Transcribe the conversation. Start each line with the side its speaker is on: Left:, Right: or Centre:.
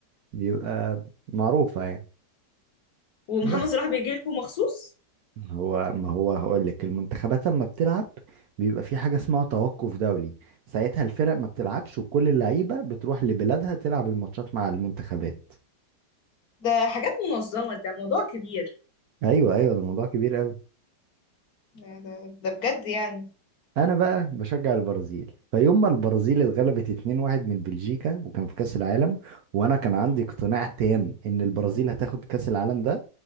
Right: بيبقى معروفة يعني
Left: ومحمد
Right: بس
Left: صلاح بيجي لكم مخصوص
Right: هو ما هو هقول لك المنتخبات لما بتلعب بيبقى في حاجة اسمها توقف دولي ساعتها الفرق ما بتلعبش وكل اللعيبة بتروح لبلادها تلعب الماتشات مع المنتخبات
Left: ده حاجات منظمه ده موضوع كبير
Right: ايوه ايوه ده موضوع كبير قوي
Left: ده, ده, ده بجد يعني
Right: انا بقى بشجع البرازيل فيوم ما البرازيل اتغلبت 2-1 من بلجيكا وكان في كأس العالم وانا كان عندي اقتناع تام ان البرازيل هتاخد كأس العالم ده